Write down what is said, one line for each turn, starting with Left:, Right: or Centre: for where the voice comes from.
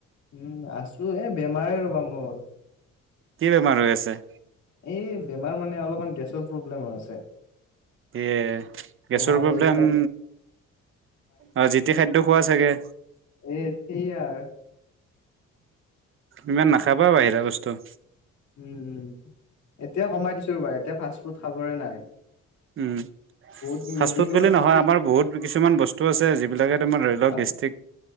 Left: উমঁ আছো এ বেমাৰে ৰবা মোৰ।
Right: কি বেমাৰ হৈ আছে।
Left: এই বেমাৰ মানে অলপমান গেছৰ প্ৰব্লেম হৈ আছে।
Right: এ
Left: তোমাৰ
Right: গেছৰ প্ৰব্লেম-
Left: এইবিলাক
Right: অঁ যি'টি খাদ্য খোৱা চাগে।
Left: এই ঠেইয়ে আৰ
Right: ইমান নাখাবা বাহিৰা বস্তু।
Left: উমঁ এতিয়া কমাই দিছো ৰ'বা এতিয়া ফাষ্ট ফুড খাবৰে নাই।
Right: উমঁ
Left: বহুত
Right: ফাষ্ট
Left: মেডিকেলত
Right: ফুড বুলি নহয়
Left: থাকি
Right: আমাৰ বহুত কিছুমান বস্তু আছে যিবিলাকে তোমাৰ - ধৰ,
Left: আ
Right: গেষ্ট্ৰিক